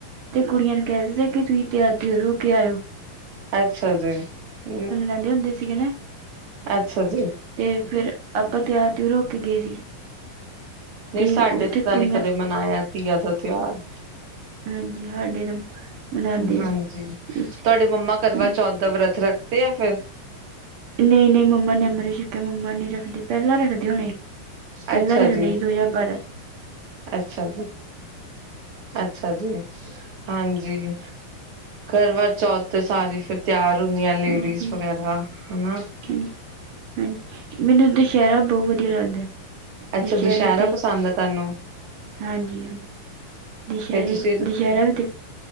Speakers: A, on the right; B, on the right.
A: ਤੇ ਕੁੜੀਆਂ ਨੂੰ, ਕਹਿ ਦਿੱਤਾ ਕਿ ਤੁਸੀਂ ਤਿਆਰ- ਤਿੳਰ ਹੋ ਕੇ ਆਇਓ।
B: ਅੱਛਾ ਜੀ, ਹੂ
A: ਜਾਂਦੇ ਹੁੰਦੇ ਸੀਗੇ ਨਾ।
B: ਅੱਛਾ ਜੀ!
A: ਤੇ ਫਿਰ, ਆਪਾਂ ਤਿਆਰ ਤਿਆਰ- ਤਿੳਰ ਹੋ ਕੇ ਗਏ ਸੀ।
B: ਨਹੀਂ
A: ਤੇ
B: ਸਾਡੇ
A: ਉੱਥੇ
B: ਤੇ ਤਾਂ
A: ਕੁੜੀਆਂ
B: ਨਹੀਂ ਕਦੇ ਮਨਾਇਆ, ਤੀਆਂ ਦਾ ਤਿਉਹਾਰ।
A: ਹਾਂਜੀ ਸਾਡੇ ਤਾਂ ਮਨਾਉਂਦੇ
B: ਹਾਂਜੀ,
A: ਆ ਇੱਥੇ
B: ਤੁਹਾਡੇ ਮੰਮਾ ਕਰਵਾ-
A: ਹਾਂਜੀ।
B: ਚੌਥ ਦਾ, ਵਰਤ ਰੱਖਦੇ ਆ ਫਿਰ?
A: ਨਹੀਂ -ਨਹੀਂ ਮੰਮਾ ਨੇ ਅੰਮਿ੍ਤ ਛਕਿਆ, ਮੰਮਾ ਨੀ ਰੱਖਦੇ, ਪਹਿਲਾਂ ਰੱਖਦੇ ਹੋਣੇ। ਪਹਿਲਾਂ
B: ਅੱਛਾ
A: ਰੱਖਦੇ
B: ਜੀ
A: ਸੀ, ਦੋ ਹਜਾ਼ਰ ਬਾਰਾਂ ਚ।
B: ਅੱਛਾ ਜੀ, ਅੱਛਾ ਜੀ ਹਾਂਜੀ! ਕਰਵਾ- ਚੌਥ ਤੇ ਸਾਰੀ ਫਿਰ ਤਿਆਰ ਹੁੰਦੀਆਂ, ਲੇਡੀਜ਼
A: ਹਾਂਜੀ
B: ਵਗੈਰਾ ਹੈਨਾ।
A: ਹਾਂਜੀ- ਹਾਂਜੀ, ਮੈਨੂੰ ਉਧਰ ਸ਼ਹਿਰਾ ਬਹੁਤ ਵਧੀਆ ਲੱਗਦਾ।
B: ਅੱਛਾ
A: ਦੁਸ਼ਹਿਰੇ
B: ਦੁਸਹਿਰਾ
A: ਤੇ,
B: ਪਸੰਦ ਆ ਤੁਹਾਨੂੰ
A: ਹਾਂਜੀ -ਹਾਂਜੀ ਹਾਂ ਦੁਸਹਿਰੇ-
B: ਫੇਰ ਤੁਸੀਂ
A: ਦੁਸਹਿਰਾ ਵੀ ਤੇ